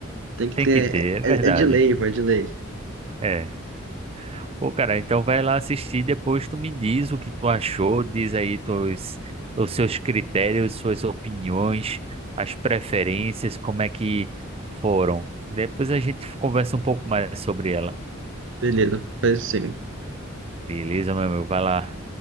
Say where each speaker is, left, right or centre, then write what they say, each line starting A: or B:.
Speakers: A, on the right; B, on the right.
A: Tem que
B: tem
A: ter.
B: que ter,
A: É,
B: é verdade.
A: é de lei, pô, é de lei.
B: É. Pô, cara, então vai lá assistir, depois tu me diz o que tu achou, diz aí tuas, os seus critérios, suas opiniões, as preferências, como é que foram. Depois a gente conversa um pouco mais sobre ela.
A: Beleza, faz isso sim.
B: Beleza, meu amigo? Vai lá.